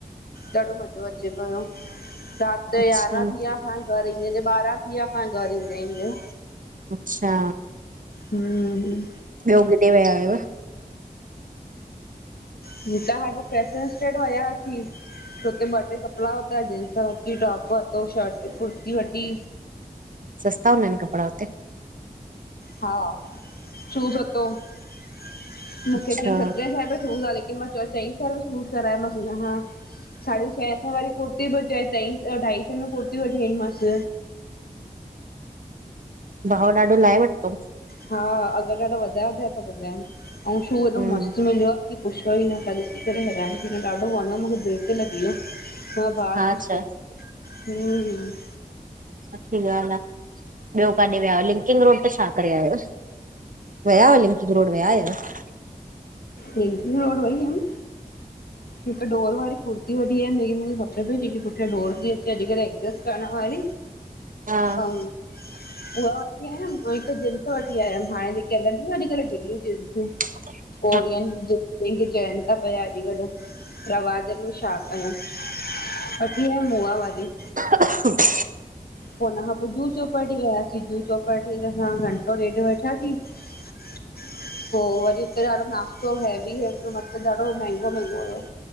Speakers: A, on the left; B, on the right.
A: ॾाढो मज़ो अचे रात यो
B: अच्छा
A: यारहां थी विया असांखे घर ईंन्दे ईदे ॿारहं थी विया असांखे घर ईंन्दे इंदे।
B: अच्छा
A: हम्म
B: ॿियो किॾे विया हुयव?
A: हुतां खा त पेसुस ते वया वासी। हुते ॿ टे कपड़ा वता जींस वती टॉप वतो शर्ट कुर्ती वती।
B: सस्ता हूंदा आहिन कपड़ा हुते?
A: हा शूज वतो मूंखे
B: अच्छा
A: चयई सतरहें में शूज आ लेकिन मां चउ चईं सें में शूज कराए मांस हुनखां। साढी छहें सें वारी कुर्ती पो चईं अढाई सौ में कुर्तियूं वठी आईमांस।
B: भाव ॾाढो लाहे वतो?
A: हा अघ ॾाढा वधाये वधाये पया ॿुधाइन अउ शू
B: हम्म
A: एॾो मस्त मिलियो आ न। पुछोयो ई न तन ॾिसी करे हैरान थी वयम ॾाढो वणियो मूंखे दिल ते लॻी वियो। हा भा
B: हा
A: कुछ
B: अच्छा
A: क हम्म हम्म
B: सुठी ॻाल आ ॿियो काॾे विया लिंकिंग रोड ते छा करे आयव? वया हुआ लिंकिंग रोड वया हुआव?
A: लिंकिंग रोड वई हुअम। हिकु ॾोर वारी कुर्ती वठी आयम जेकी मूंखे खपे पई जेकी पुठां ॾोर थी अचे अॼकल एडजस्ट करण वारी।
B: हा
A: अऊ उहा वठी आयम ऐं हिक जींस वठी आयम हाणे जेके हलंनत्यू न अॼ कल ॾीलीयू जींसूं।
B: <inaudible>
A: कोरियन जेके चइन ता पिया अॼ कल्ह। रवाजन में छा कयु वठी आयम उआवारी।
B: <unintelligible>
A: पो हुनखां पो जुहू चौपाटी वियासीं जुहु चौपाटी ते असां घंटो ॾेड वेठासीं। पो वरी हुते ॾाढो नाश्तो हैवी मतलब ॾाढो महंगो महंगो होयो।